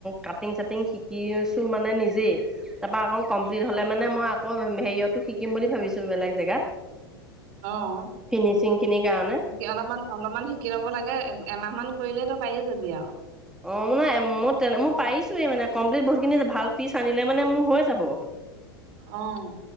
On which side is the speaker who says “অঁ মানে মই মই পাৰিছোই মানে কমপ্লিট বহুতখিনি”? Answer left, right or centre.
Centre